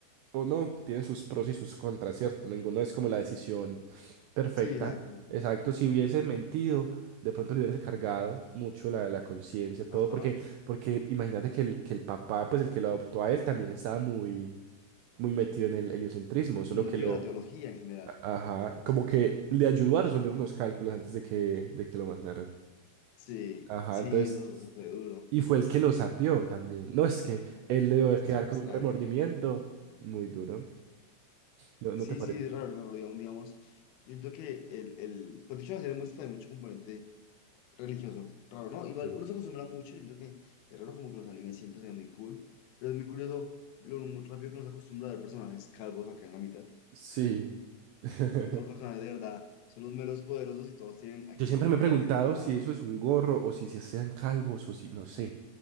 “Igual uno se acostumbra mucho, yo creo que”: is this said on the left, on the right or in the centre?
Left